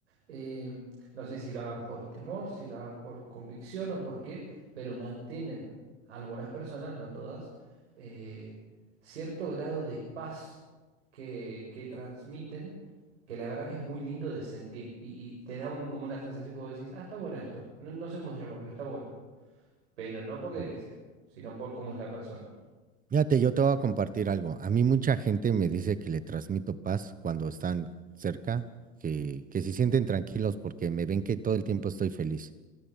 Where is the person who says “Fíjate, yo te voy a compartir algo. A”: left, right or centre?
Right